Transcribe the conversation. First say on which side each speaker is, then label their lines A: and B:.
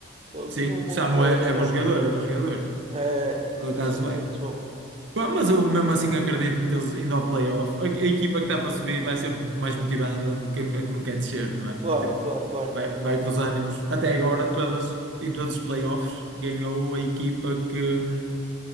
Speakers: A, on the right; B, on the right.
A: Eles
B: Sim,
A: tinham um bom
B: o Samu
A: futebol,
B: é,
A: eu gostava.
B: é bom jogador, é bom jogador.
A: É,
B: Por acaso é.
A: é muito bom.
B: Pá, mas eu mesmo assim acredito-me que eles indo ao playoff, a, a equipa que está para subir vai ser muito mais motivada do que a que não quer descer, não é?
A: Claro,
B: Tipo,
A: claro, claro.
B: vai, vai com os ânimos. Até agora, todas, em todos os playoffs, ganhou a equipa que. hum,